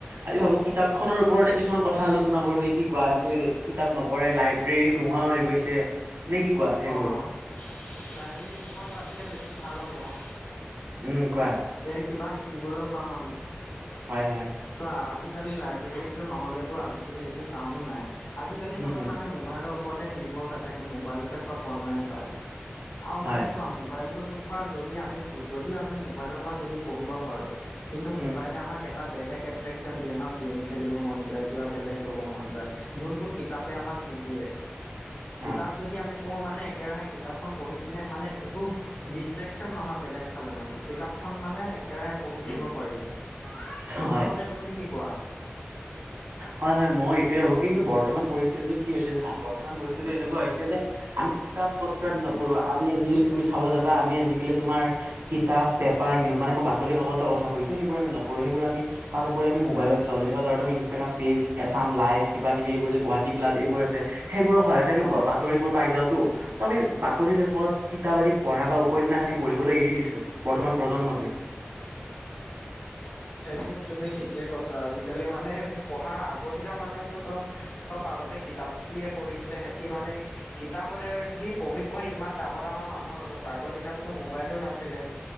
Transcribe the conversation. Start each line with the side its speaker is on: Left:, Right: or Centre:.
Right: আজি ভাবো কিতাপ খনৰওপৰতে কিছুমান কথা আলোচনা কৰো নে কি কোৱা আজিকালি যিহ কিতাপ নপৰে লাইব্ৰেৰী নোহোৱা হৈ গৈছে নে কি কোৱা সেইবোৰ
Left: অঁ'লাইব্ৰেৰী বুকত পাতিলে বেছি ভাল হ'ব অঁ'
Right: উম কোৱা।
Left: তেনে কিবা শিকিবলৈও পাম আমি।
Right: হয় হয়।
Left: চ' আজিকালি লাইব্ৰেৰীটো নহ'লেতো আজিকালি একো কামো নাই। আজিকালি
Right: উম
Left: চবে
Right: হম
Left: মানে মোবাইলৰ ওপৰতে নিৰ্ভৰ হৈ থাকে মোবাইলতে চব অনলাইন পায়। আও
Right: হয়
Left: মানে চোৱা মোবাইলটোতো- পা যদি আমি যদিও আমি মোবাইলৰ পৰা যদি পঢ়িব পাৰো কিন্তু,
Right: উম
Left: মোবাইলে আমাক এটা বেলেগ- কেট্ৰেকশ্যন দিয়ে ন গেম খেলিব মন যায় কিবা বেলেগ ক'ব মন যায়। যোনটো কিতাপে আমাক নিদিয়ে। কিতাপ-
Right: অ
Left: যদি আমি পঢ়ো মানে একেৰাহে কিতাপখন পঢ়ি কিনে মানে একো- ডিষ্ট্ৰেকচন নহয় বেলেগ ফালে মানে কিতাপখন মানে একেৰাহে পঢ়ি থাকিব পাৰি। তোমাৰ
Right: হয়
Left: মতে তুমি কি কোৱা?
Right: হয় হয়, ময়ো এইটোয়ে ভাবো, কিন্তু বৰ্তমান পৰিস্থিতিটো কি হৈছে জানা বৰ্তমান পৰিস্থিতিটো এনেকুৱা হৈছে যে- আমি কিতাপ পত্ৰ আদি নপঢ়ো আমি আজিকালি তুমি চাব যাবা আমি আজিকালি তোমাৰ- কিতাপ পেপাৰ নিয়ম মানে মই বাতৰি কাকতৰ কথা কৈছো সেইবোৰ আমি নপঢো সেইবোৰ আমি- তাৰ উপৰি আমি মোবাইলত চাওঁ যেনেকা ধৰা তুমি ইনষ্ট- ইষ্টাগ্ৰাম পেজ, এছাম লাইভ কিবা কিব এইবোৰ যে গুৱাহাটী প্লাছ এইবোৰ আছে সেইবোৰৰ সহায়তে আমি
Left: অ
Right: বা- তৰিবোৰ পাই যাওতো। ত আমি বাতৰি কাকত কিতাপ আদি পঢ়া বা উপন্যাস আদি পঢ়িবলৈ এৰি দিছো। বৰ্তমান প্ৰজন্মতে।
Left: সেইটো তুমি ঠিকে কৈছা আজিকালি মানে সেইবোৰ পঢ়া আগৰ দিনৰ মানুহ তো চব- চব আগতে কিতাপ দিয়ে পঢ়িছিলে সেঁতি মানে- কিতাপৰেদি পঢ়ি পঢ়ি ইমান ডাঙৰ ডাঙৰ মানুহ হৈ গৈছে আগৰ দিনততো মোবাইলো নাছিলে।